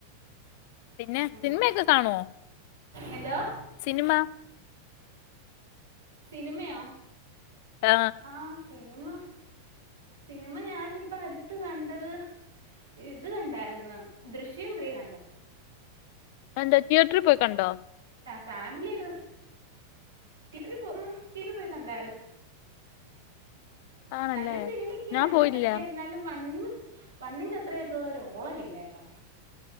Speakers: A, on the left; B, on the right.
A: പിന്നെ
B: അങ്ങനെ
A: സിനിമയൊക്കെ കാണുവോ
B: എന്തോ
A: സിനിമ?
B: സിനിമയോ
A: ആ
B: ആഹ് സിനിമ- സിനിമ ഞാനിപ്പൊ അടുത്ത് കണ്ടത്. ഇത് കണ്ടായിരുന്നു ദൃശ്യം ത്രീ കണ്ട്.
A: അതെന്താ തീയറ്ററിൽ പോയി കണ്ടോ?
B: ഫാമിലി ആയിട്ട് തിയേറ്ററിൽ പോ തിയേറ്ററിൽ പോയി കണ്ടാര്ന്നു.
A: ആണല്ലേ
B: നല്ല സിനിമെക്കെയാണ്
A: ഞാൻ പോയില്ല
B: പക്ഷെ എന്നാലും വണ്ണ്. വണ്ണിന്റെ അത്രേ ആയിട്ടുള്ള ഒരോളം ഇല്ലാട്ടോ.